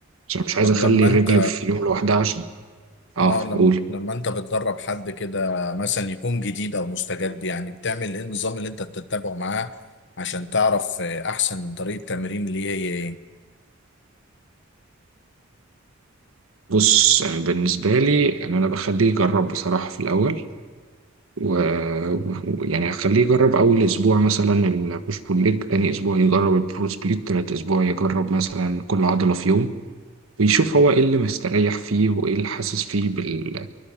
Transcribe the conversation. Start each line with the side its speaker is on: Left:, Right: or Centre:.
Right: عشان مش عايز
Left: طب
Right: أخلي
Left: لما
Right: الرجل
Left: انت
Right: في يوم لوحدها عشان
Left: اه
Right: أه
Left: لما
Right: قول
Left: لما انت بتدرب حد كده مثلا يكون جديد او مستجد يعني بتعمل ايه النظام اللي انت بتتبعه معاه عشان تعرف آه، احسن طريقة تمرين ليه هي ايه
Right: بص آه، بالنسبة لي يعني أنا بخليه يجرب بصراحة في الأول ويعني هخليه يجرب أول أسبوع مثلا البوش بول ليج تاني أسبوع يجرب البرو سبليت تالت أسبوع يجرب مثلا كل عضلة في يوم ويشوف هو ايه اللي مستريح فيه وايه اللي حاسس فيه بال...